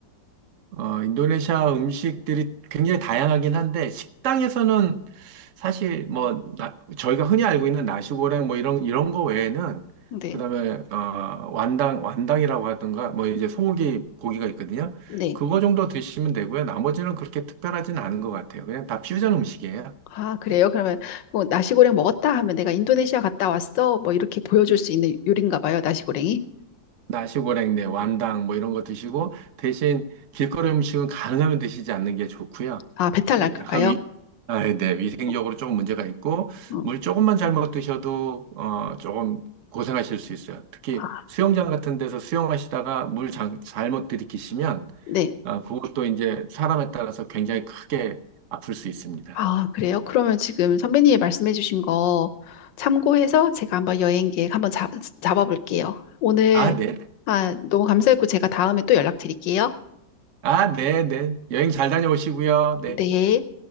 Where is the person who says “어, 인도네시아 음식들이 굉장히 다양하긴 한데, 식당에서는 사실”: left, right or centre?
Right